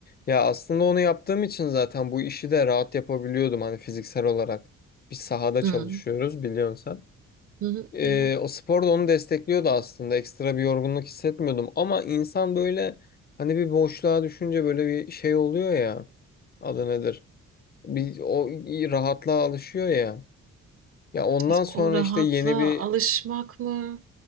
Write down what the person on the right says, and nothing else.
Hımm.
Hı hı,
biliyorum.
İşte
o rahatla
alışmak mı,